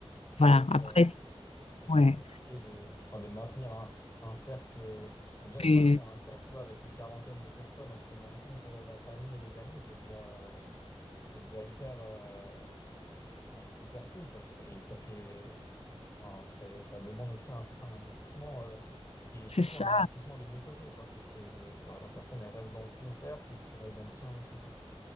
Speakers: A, on the left; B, on the left.
A: ce que
B: voilà,
A: j'allais dire,
B: après
A: c'est c'est trop trop
B: ouais.
A: compliqué de, enfin, de maintenir un, un cercle, enfin, déjà de
B: Et-
A: maintenir un cercle, tu vois, avec une quarantaine de personnes en prenant en compte euh, la famille et les amis, c'est déjà, c'est déjà hyper, euh, enfin, hy- hyper cool parce que et ça fait, enfin, ça, ça demande aussi un certain investissement euh, et
B: C'est
A: surtout
B: ça.
A: un investissement des deux côtés, quoi, pour que bah, la personne elle reste dans ton cercle et que tu restes dans le sien aussi, quoi.